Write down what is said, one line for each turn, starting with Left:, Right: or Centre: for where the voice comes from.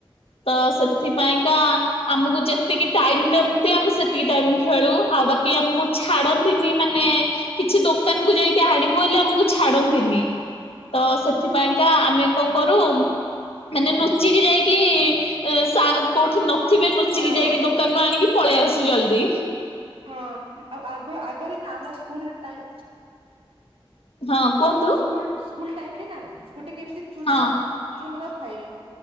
Left: ତ ସେଥିପାଇଁ ଆମୁକୁ। ଯେତିକି ଟାଇମ୍ ଦ୍ୟନ୍ତି ଆମେ ସେତିକି ଟାଇମ୍ ଖେଳୁ, ବଆଉ ବାକି ଆମକୁ ଛାଡନ୍ତିନି ମାନେ କିଛି ଦୋକାନ କୁ ଯାଇକି ଆଡିବୁ ବୋଲି ଆମକୁ ଛାଡନ୍ତିନି, <inaudible> ତ ସେଥିପାଇଁ ଆମେ କଣ କରୁ ମାନେ ଲୁଚିକି ଯାଇକି ସାର୍ କୋଉଠି ନଥିବେ, ନୁ ଲୁଚିକି
Right: ହଁ
Left: ଯାଇକି ଦୋକାନରୁ ଆଣିକି ପଳେଇ ଆସୁ ଜଲଦି
Right: ହଁ ଆଉଗ ଆଗରେ ନା ଆମ ସ୍କୁଲଟା <inaudible>
Left: ହଁ କୁହନ୍ତୁ।
Right: ଆମ ସ୍କୁଲ ସ୍କୁଲ ଟାଇମ୍ ରେ ନା ଗୋଟେ କେମିତି ଚୁନ
Left: ହଁ
Right: ଚୁନ ଖାଇ